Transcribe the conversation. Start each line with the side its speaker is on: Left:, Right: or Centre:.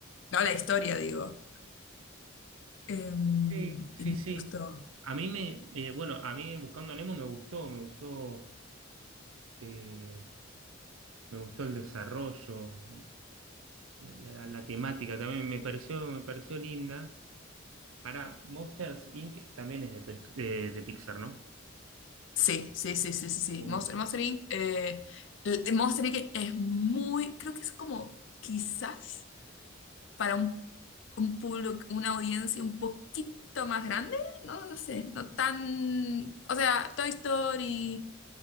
Left: no la historia, digo. Eh,
Right: Sí, sí,
Left: y me
Right: sí.
Left: gustó.
Right: A mí me, eh, bueno, a mí Buscando a Nemo me gustó, me gustó, eh, me gustó el desarrollo, la, la- la- la temática también me pareció, me pareció linda. Para Monsters Inc. también es de, Toy Sto- eh, de Pixar, ¿no?
Left: Sí, sí, sí, sí, sí, sí.
Right: Uf,
Left: Monster, Monster Inc. eh, l- Monster Inc. es muy, creo que es como quizás para un, un público, una audiencia un poquito más grande, no, no sé, no tan, o sea, Toy Story.